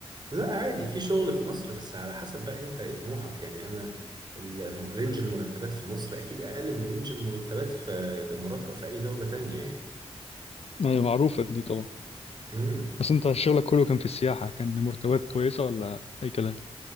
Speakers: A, on the right; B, on the left.
A: لا عادي في شغل في مصر بس على حسب بقى انت ايه طموحك يعني انا الم- رينج المرتبات في مصر اكيد اقل من رينج المرتبات في الامارات او في اي دوله تانية يعني
B: أيوه معروفة دي طبعا
A: مم.
B: بس أنت شغلك كله كان في السياحة كان مرتبات كويسة ولا أي كلام؟